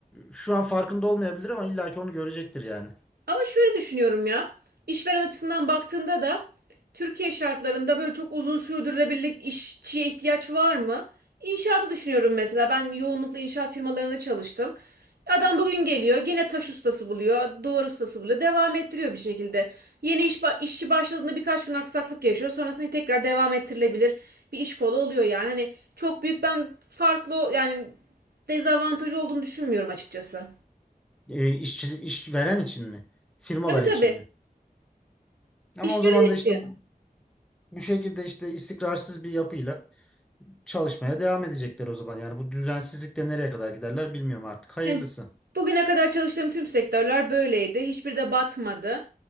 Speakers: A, in the centre; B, on the right (about 80°).
A: Şu an farkında olmayabilir ama illa ki onu görecektir yani.
B: Ama şöyle düşünüyorum ya. İşveren açısından baktığında da Türkiye şartlarında böyle çok uzun sürdürülebilirlik işçiye ihtiyaç var mı? İnşaatı düşünüyorum mesela. Ben yoğunlukla inşaat firmalarında çalıştım. Adam bugün geliyor, gene taş ustası buluyor, doğru ustası buluyor, devam ettiriyor bir şekilde. Yeni iş ba- işçi başladığında birkaç gün aksaklık yaşıyor, sonrasında tekrar devam ettirilebilir bir iş kolu oluyor yani. Hani çok büyük ben farklı yani dezavantajı olduğunu düşünmüyorum açıkçası.
A: E, işçi, iş veren için mi? Firmalar
B: Tabii tabii.
A: için mi? Ama
B: İşveren
A: o zaman da işte
B: için.
A: bu bu şekilde işte istikrarsız bir yapıyla çalışmaya devam edecekler o zaman. Yani bu düzensizlikle nereye kadar giderler bilmiyorum artık. Hayırlısı.
B: Yani bugüne kadar çalıştığım tüm sektörler böyleydi. Hiçbiri de batmadı.